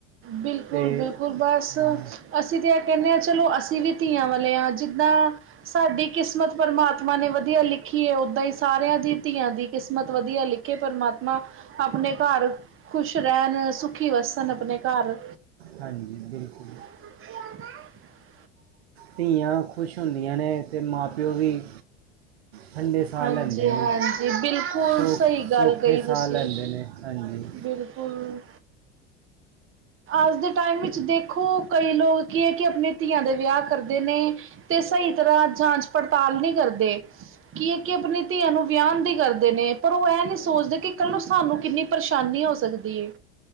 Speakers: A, on the right (about 40°); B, on the right (about 80°).
A: ਬਿਲਕੁਲ-ਬਿਲਕੁਲ
B: ਤੇ
A: ਬਸ।
B: ਹਾਂ
A: ਅਸੀਂ ਤਾਂ ਇਹ ਕਹਿੰਦੇ ਹਾਂ ਚਲੋ, ਅਸੀਂ ਵੀ ਧੀਆਂ ਵਾਲੇ ਹਾਂ ਜਿੱਦਾਂ ਸਾਡੀ ਕਿਸਮਤ ਪ੍ਰਮਾਤਮਾ ਨੇ ਵਧੀਆ ਲਿਖੀ ਏ ਓਦਾਂ ਹੀ ਸਾਰਿਆਂ ਦੀ ਧੀਆਂ ਦੀ ਕਿਸਮਤ ਵਧੀਆ ਲਿਖੀ। ਪਰਮਾਤਮਾ ਆਪਣੇ ਘਰ ਖੁਸ਼ ਰਹਿਣ ਸੁਖੀ ਵਸਣ ਆਪਣੇ ਘਰ‌।
B: ਹਾਂਜੀ ਬਿਲਕੁਲ।
A: <unintelligible>
B: ਧੀਆਂ ਖੁਸ਼ ਹੁੰਦੀਆਂ ਨੇ ਤੇ ਮਾਂ ਪਿਓ ਵੀ ਠੰਡੇ ਸਾਹ
A: ਹਾਂਜੀ-ਹਾਂਜੀ,
B: ਲੈਂਦੇ ਨੇ
A: ਬਿਲਕੁਲ
B: ਸੋ
A: ਸਹੀ ਗੱਲ
B: ਸੌਖੇ
A: ਕਹੀ
B: ਸਾਹ
A: ਤੁਸੀਂ।
B: ਲੈਂਦੇ ਨੇ ਹਾਂਜੀ
A: ਬਿਲਕੁਲ। ਅੱਜ ਦੇ ਟਾਈਮ ਵਿੱਚ ਦੇਖੋ ਕਈ ਲੋਕ ਕੀ ਹੈ ਕਿ ਆਪਣੀ ਧੀਆਂ ਦੇ ਵਿਆਹ ਕਰਦੇ ਨੇ ਤੇ ਸਹੀ ਤਰ੍ਹਾਂ ਜਾਂਚ ਪੜਤਾਲ ਨਹੀ ਕਰਦੇ। ਕੀ ਹੈ ਕਿ ਆਪਣੀ ਧੀਆਂ ਨੂੰ ਵਿਆਹਣ ਦੀ ਕਰਦੇ ਨੇ ਪਰ ਉਹ ਇਹ ਨਹੀਂ ਸੋਚਦੇ ਕਿ ਕੱਲ੍ਹ ਨੂੰ ਸਾਨੂੰ ਕਿੰਨੀ ਪਰੇਸ਼ਾਨੀ ਹੋ ਸਕਦੀ ਐ।